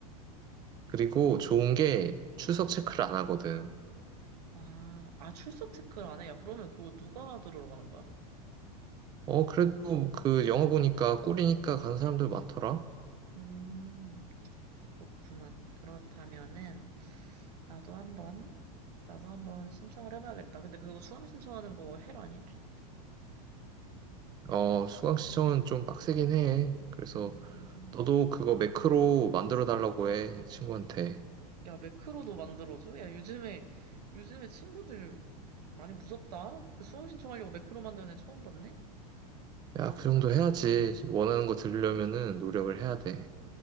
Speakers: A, on the right (about 20°); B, on the right (about 85°).
A: 그리고 좋은 게, 출석 체크를 안 하거든.
B: 아, 아, 출석 체크를 안 해? 야, 그러면 그거 누가 들으러 가는 거야?
A: 어, 그래도 그 영어 보니까 꿀이니까 간 사람들 많더라.
B: 음, 그렇구만. 그렇다면은, 나도 한번, 나도 한번 신청을 해봐야겠다. 근데 그거 수강 신청하는 거 헬 아니야?
A: 어, 수강 시청은 좀 빡세긴 해. 그래서
B: 음,
A: 너도 그거 매크로 만들어 달라고 해, 친구한테.
B: 야, 매크로도 만들어줘? 야, 요즘에, 요즘에 친구들 많이 무섭다? 그 수강 신청하려고 매크로 만드는 애 처음 봤네?
A: 야, 그 정도 해야지. 원하는 거 들으려면은 노력을 해야 돼.